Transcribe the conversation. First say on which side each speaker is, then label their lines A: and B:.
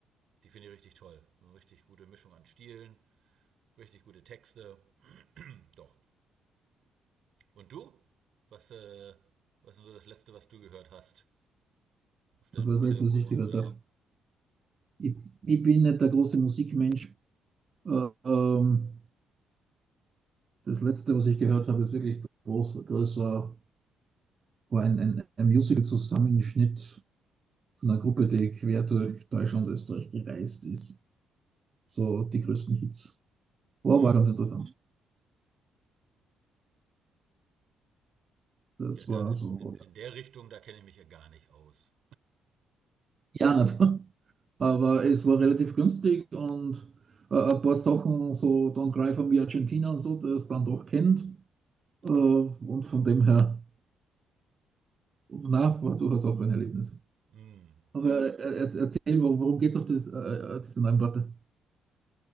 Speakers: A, on the right (about 65°); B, on the right (about 40°).
A: die finde ich richtig toll. Eine richtig gute Mischung an Stilen, richtig gute Texte, doch. Und du? Was, äh, was ist denn so das Letzte, was du gehört hast auf deinem
B: Das war das
A: Telefon
B: Letzte, was ich gehört
A: oder?
B: habe. Ich, ich bin nicht der große Musikmensch. Äh, ähm, das Letzte, was ich gehört habe, ist wirklich groß, größer, war ein, ein, ein Musical-Zusammenschnitt von einer Gruppe, die quer durch Deutschland und Österreich gereist ist. So die größten Hits. War,
A: Hm,
B: war ganz interessant. Das
A: ja, da,
B: war so,
A: in, in der Richtung, da kenne ich mich ja gar nicht aus.
B: ja, nicht. <laughs> Aber es war relativ günstig und äh, ein paar Sachen, so Don Greifer wie Argentina und so, der es dann doch kennt. Äh, und von dem her, na, war durchaus auch ein Erlebnis.
A: Hm.
B: Aber äh, erz- erzähl, worum, geht es auf das, äh, diese neuen Platte?